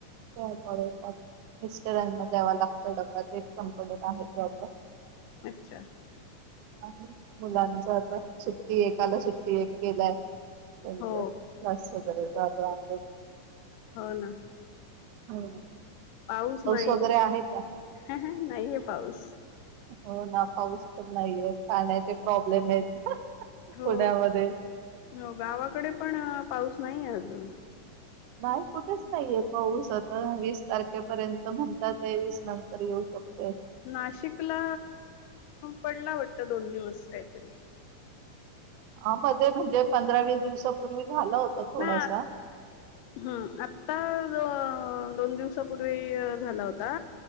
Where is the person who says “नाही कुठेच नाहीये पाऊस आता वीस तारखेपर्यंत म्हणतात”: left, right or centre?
Right